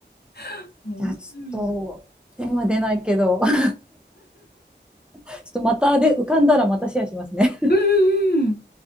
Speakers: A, on the left; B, in the centre.
A: <laughs> 面白いな。
B: いや、ちょっと、電話出ないけど、<laughs> ちょっとまたで浮かんだらまたシェアしますね。
A: うんうんうん。